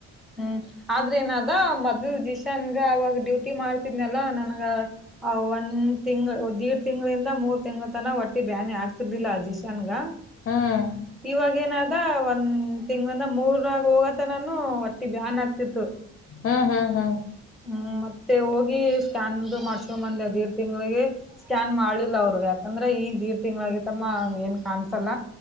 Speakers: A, in the centre; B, on the left.
A: ಹ್ಮ್ ಆದ್ರೆ ಏನದ ಮದ್ ಜಿಶಾನ್ಗ ಅವಾಗ ಡ್ಯೂಟಿ ಮಾಡ್ತಿದ್ನಲ್ಲ ನನ್ಗ. ಒಂದ್ ತಿಂಗ್ಳ ದಿಢ ತಿಂಗಳಿಂದ ಮೂರ್ ತಿಂಗಳತನ ಹೊಟ್ಟಿ ಬ್ಯಾನಿ ಆಗ್ತಿರ್ಲಿಲ್ಲ ಜಿಶಾನ್ಗ.
B: ಹ್ಮ್
A: ಇವಾಗೇನಾದ ಒಂದ್ ತಿಂಗಳಿಂದ ಮೂರಾಗ ಹೋಗತನನು ಹೊಟ್ಟ- ಟ್ಟಿ ಬ್ಯಾನ್ ಆಗ್ತಿತ್ತು.
B: ಹಾ ಹಾ ಹಾ
A: ಹ್ಮ್ ಮತ್ತೆ ಹೋಗಿ. ಹೋಗಿ ಸ್ಕ್ಯಾನದು ಮಾಡ್ಸ್ಕೊ ಬಂದೆವು ದೀಡ್ ತಿಂಗಳಿಗೆ ಸ್ಕ್ಯಾನ್ ಮಾಡ್ಲಿಲ್ಲ ಅವ್ರು ಯಾಕಂದ್ರೆ ಈಗ ದೀಡ್ ತಿಂಗಳ. ಆಗೆತಮ್ಮ ಹಂಗ ಏನ್ ಕಾಣಸಲ್ಲ.